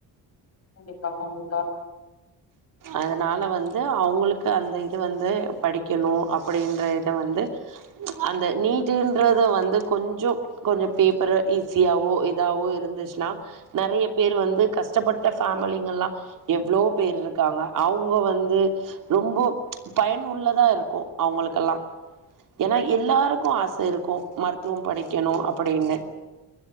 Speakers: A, on the left; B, on the right.
A: கண்டிப்பா கண்டிப்பா ஆஹ
B: அதனால வந்து அவங்களுக்கு அந்த இது வந்து படிக்கணும் அப்படின்ற இத வந்து அந்த நீட்டுன்றத வந்து கொஞ்சம் கொஞ்சம் பேப்பர் ஈஸியாவோ இதாவோ இருந்துச்சுன்னா நிறைய பேர் வந்து கஷ்டப்பட்ட ஃமிலிங்கல்லாம் எவ்வளவு பேர் இருக்காங்க அவங்க வந்து ரொம்ப பயன் உள்ளதா இருக்கும் அவங்களுக்கெல்லாம் ஏன்னா எல்லாருக்கும் ஆசை இருக்கும் மருத்துவம் படிக்கணும் அப்படின்னு